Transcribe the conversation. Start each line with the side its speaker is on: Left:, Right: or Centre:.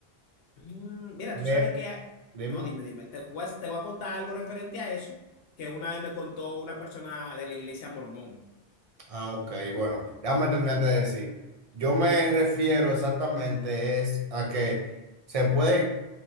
Left: Mm, mira,
Right: Re-
Left: tú sabes que... hay-
Right: dime.
Left: No, dime, dime. Te voy a, te voy a contar algo referente a eso que una vez me contó una persona de la iglesia mormón.
Right: Ah, ok, bueno, déjame terminarte de decir. Yo me refiero exactamente es a que se puede